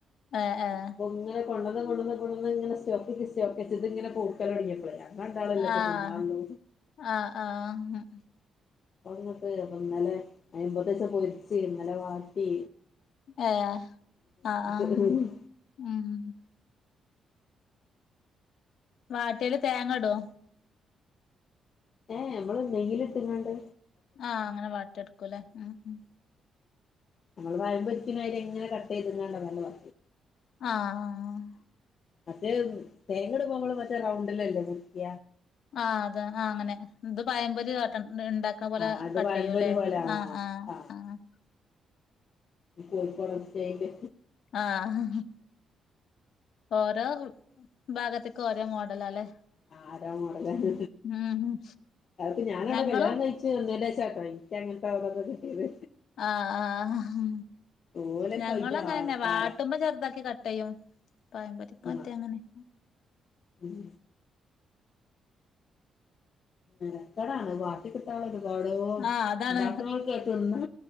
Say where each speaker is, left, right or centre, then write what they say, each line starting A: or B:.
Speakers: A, on the left; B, on the left.
A: ഏഹ് ഏഹ്
B: അപ്പൊ ങ്ങ കൊണ്ടന്ന് കൊണ്ടന്ന് കൊണ്ടന്ന് ഇങ്ങനെ സ്റ്റോക്കച്ച് സ്റ്റോക്കെച്ച് ഇത് ഇങ്ങനെ പൂക്കലൊട്ങ്ങിയപ്പ്ളേ ങ്ങ രണ്ടാളു അല്ലെ പ്പ
A: ആഹ്
B: തിന്നാള്ളൂ
A: ആഹ് ആഹ്
B: ന്നിട്ട് ഇപ്പന്നലെ <unintelligible> പൊര്ച്ച് ഇന്നലെ വാട്ടി
A: ഏഹ് ആഹ് ആഹ്
B: <unintelligible>
A: ഉം വാട്ടിയാല് തേങ്ങടോ
B: ഏഹ് ഞമ്മള് നെയ്യ്ല്ട്ട്ങ്ങാണ്ട്
A: ആഹ് അങ്ങനെ വാട്ടിട്ക്കൂല്ലേ ഉം ഉം
B: നമ്മള് പയം പൊര്ച്ച്ണാരി ഇങ്ങനെ കട്ടെയ്ത്ങ്ങാണ്ട് അങ്ങനെ മ
A: ആഹ്
B: മറ്റേ തേങ്ങട്മ്പൊ മ്മള് മറ്റേ റൗണ്ടിലല്ലേ മുറിക്ക
A: ആഹ് അത് ആ അങ്ങനെ ഇത് പായംപൊരി വാട്ട് ഇണ്ട ക്ക പോലെ
B: ആ അത്
A: കട്ടെയ്യു
B: പഴംപൊരി
A: ല്ലെ
B: പോലെ ആ
A: ആഹ് ആഹ്
B: ആ
A: ആഹ്
B: കോഴിക്കോടൻ സ്റ്റൈല്
A: ആഹ് ഓരോ ഭാഗത്ത്ക്ക് ഓരോ മോഡലാല്ലേ
B: ആ രോ മോഡലാണ്
A: ഉം ഉം ഉം.
B: അത് പ്പ ഞാനവ്ടെ
A: ഞങ്ങളും
B: കല്യാണം കഴി ച്ച് നിന്നേന്റെഷട്ടോ ഇൻക്ക് അങ്ങൻത്തെ <unintelligible> കിട്ടിയേത്.
A: ആഹ് ആഹ്
B: ഓലൊക്കെ
A: ഞങ്ങളും
B: അതിന്റെ
A: അങ്ങനന്നെ
B: ആൾക്കാരാ
A: വാട്ടുമ്പോ ചെർതാക്കി കട്ടെയ്യും. പഴംപൊരിക്ക്
B: ആ
A: മറ്റേ അങ്ങനിം
B: ഉം മെനക്കടാണ് വാ ട്ടി കിട്ടാള്ള ഒരു പാടോ
A: ആഹ് അതാണ്
B: ഇണ്ടാക്ക്ണോൽക്ക് അത് തിന്നാ